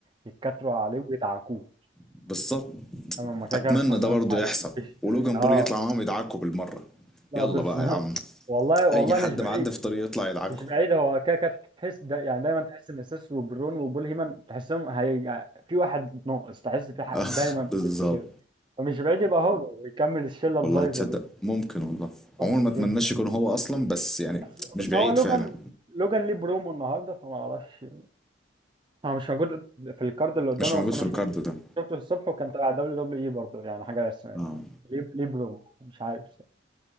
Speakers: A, on the right (about 25°); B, in the centre.
A: يتكتروا عليه ويدعكوه
B: بالظبط
A: تمام هم كده
B: اتمنى
A: كده مش خسرانين
B: ده برضه
A: حاجه
B: يحصل
A: مفيش
B: ولوجان
A: يعني اه
B: بول يطلع معاهم يدعكوا بالمره
A: لا
B: يلا
A: بالظبط
B: بقى يا عم
A: والله والله
B: اي حد
A: مش بعيد
B: معدي في طريق يطلع يدعكوا
A: مش بعيد هو كده كده تحس دا يعني دايما تحس ان اساس وبرون وبول هيمن تحسهم هي في واحد ناقص تحس في حق
B: آه،
A: دايما
B: <laughs> بالظبط
A: كده فمش بعيد يبقى هو ويكمل الشله البايظه
B: والله تصدق
A: دي
B: ممكن والله
A: ممكن
B: عموما ما اتمناش
A: جدا
B: يكون هو اصلا بس يعني
A: بس
B: مش
A: بس
B: بعيد
A: هو لوجان
B: فعلا
A: لوجان ليه برومو النهارده فما اعرفش هو مش موجود في الكارد اللي قدامنا
B: مش موجود
A: بس
B: في
A: انا
B: الكارد
A: شفته
B: ده
A: شفته الصبح وكان تبع دبليو دبليو اي برضه يعني حاجه رسميه
B: اه
A: ليه ليه برو مش عارف